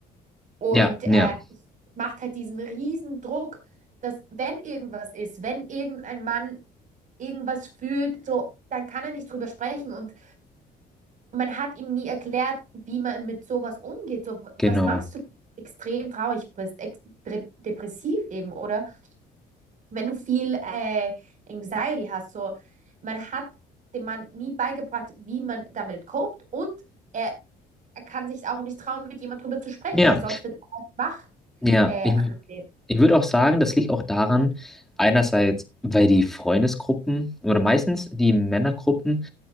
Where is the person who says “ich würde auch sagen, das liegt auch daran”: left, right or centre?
Centre